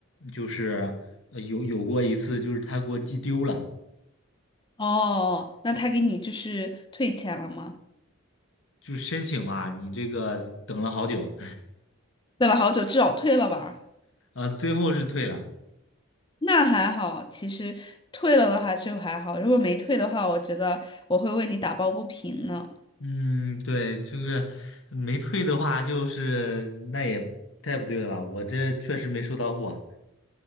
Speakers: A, on the left; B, on the left.
A: 就是呃有有过一次，就是他给我寄丢了，
B: 哦，那他给你就是退钱了吗？
A: 就申请嘛，你这个等了好久，
B: 等了好久，至少退了吧。
A: <laughs> 呃，最后是退了。
B: 那还好，其实退了的话就还好，如果没退的话，我觉得我会为你打抱不平呢。
A: 嗯，对，就是没退的话，就是那也太不对了吧？我这确实没收到货。